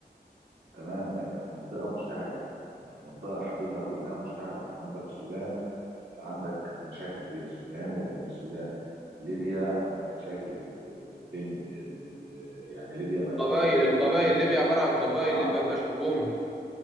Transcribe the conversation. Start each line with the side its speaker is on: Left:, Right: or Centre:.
Right: تمام انت في منطقه مشتعله انت في منطقه حدودها كلها مشتعله عندك السودان عندك مشاكل بين السودان وجنوب السودان ليبيا عندك مشاكل بين ال... ال... يعني ليبيا
Centre: القبائل
Right: مقسومه برضو
Centre: القبائل
Right: الاثنين
Centre: ليبيا عباره عن قبائل
Right: اه
Centre: ليبيا ما فيهاش حكومه